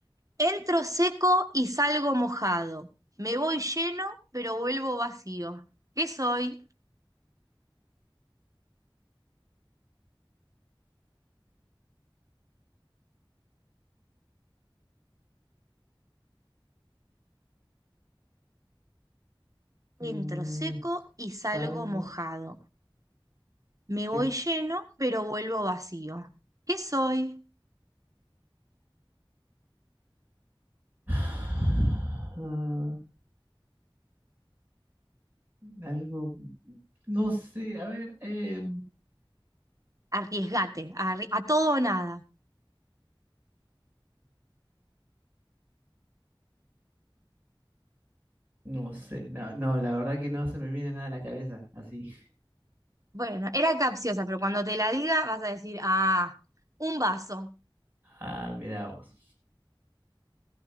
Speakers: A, on the right; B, on the right.
A: entro seco y salgo mojado. Me voy lleno, pero vuelvo vacío. ¿Qué soy?
B: Mm,
A: Entro seco y salgo
B: salgo
A: mojado.
B: moj-
A: Me
B: sí.
A: voy lleno, pero vuelvo vacío. ¿Qué soy?
B: <sighs> Ah, algo, no sé, a ver, eh,
A: Arriesgate, arri- a todo o nada.
B: No sé, no, no, la verdad que no se me viene nada a la cabeza, así.
A: Bueno, era capciosa, pero cuando te la diga vas a decir, ah, un vaso.
B: Ah, mira vos.